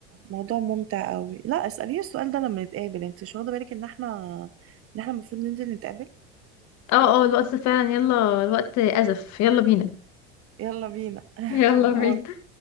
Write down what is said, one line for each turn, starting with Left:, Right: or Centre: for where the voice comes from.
Right: موضوع ممتع قوي لا اسأليني السؤال ده لما نتقابل انت مش واخدة بالك ان احنا ان احنا المفروض ننزل نتقابل
Left: اه اه الوقت فعلا يلا الوقت ازف يلا بينا
Right: يلا بينا <laughs>
Left: يلا بينا
Right: باي